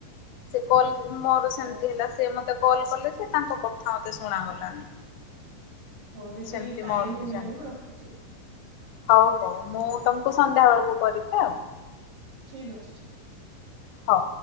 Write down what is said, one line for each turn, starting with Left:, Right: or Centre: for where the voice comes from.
Left: ସେ କଲ୍ ମୋର ସେମିତି
Right: ହଉ
Left: ହେଲା ସେ ମତ୍ ମତେ କଲ୍ କଲେ ଯେ ତାଙ୍କ କଥା ମତେ ଶୁଣାଗଲାନି।
Right: ହଉ ଦିଦି
Left: ସେମିତି
Right: ଟାଇମ୍
Left: ମୋର
Right: ହେଇଗଲାଣି
Left: ବି ସେମିତି
Right: ମୁଁ ରଖୁଛି।
Left: ହଉ ହଉ ମୁଁ ତମୁ କୁ ସନ୍ଧ୍ୟା ବେଳକୁ କରିବି। ହଉ।
Right: ଠିକ୍ ଅଛି ଠିକ୍ ଅଛି।
Left: ହଉ।